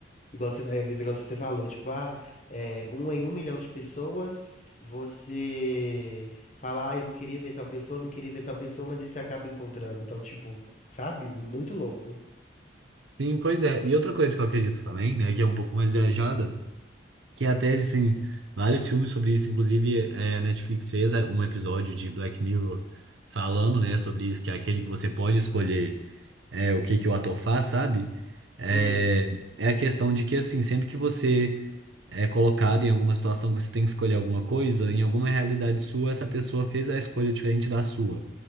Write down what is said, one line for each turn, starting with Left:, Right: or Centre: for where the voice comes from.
Left: Igual você, é, esse negócio que você falou, tipo, ah, é, um em um milhão de pessoas, você fala, ah, eu não queria ver tal pessoa, não queria ver tal pessoa, mas aí você acaba encontrando. Então, tipo, sabe? Muito louco.
Right: Sim, pois é. E outra coisa que eu acredito também, né, que é um pouco mais viajada, Que até existem vários filmes sobre isso. Inclusive, eh, a Netflix fez eh, um episódio de Black Mirror falando, né, sobre isso, que é aquele que você pode escolher eh, o que que o ator faz, sabe? É,
Left: Hum,
Right: é a questão de que, assim, sempre que você é colocado em alguma situação que você tem que escolher alguma coisa, em alguma realidade sua, essa pessoa fez a escolha diferente da sua.